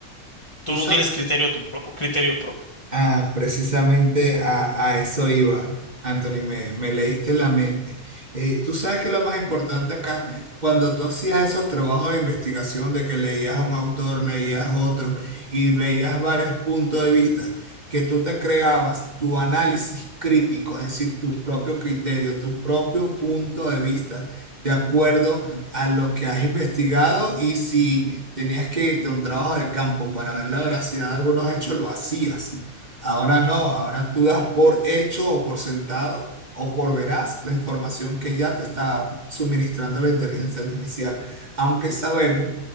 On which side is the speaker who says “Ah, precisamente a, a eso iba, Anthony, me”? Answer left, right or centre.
Right